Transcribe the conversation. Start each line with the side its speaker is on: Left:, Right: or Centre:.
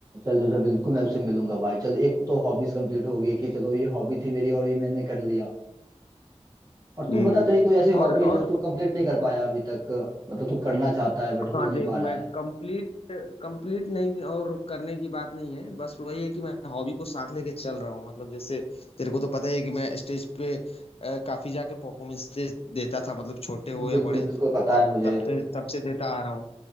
Right: चल चल बिल्कुल मैं उसे मिलूंगा भाई चलो एक तो हॉबीज कंप्लीट हो गई कि चलो ये हॉबी थी मेरी और ये मैंने कर लिया और तू
Left: हम्म
Right: बता तेरी कोई ऐसी हॉबी
Left: और और
Right: है जो तू कंप्लीट नहीं कर पाया अभी तक मतलब तू करना चाहता है बट हो
Left: हाँ
Right: नहीं
Left: देख
Right: पा रहा
Left: मैं
Right: है
Left: कंप्लीट कंप्लीट नहीं और करने की बात नहीं है बस वही है कि मैं हॉबी को साथ लेके चल रहा हूँ मतलब जैसे तेरे को तो पता ही है कि मैं स्टेज पे अ, काफी जाके परफॉर्मेंस देता था मतलब छोटे हो या
Right: बिल्कुल
Left: बड़े
Right: बिल्कुल पता
Left: तब
Right: है मुझे
Left: तब से तब से देता आ रहा हूँ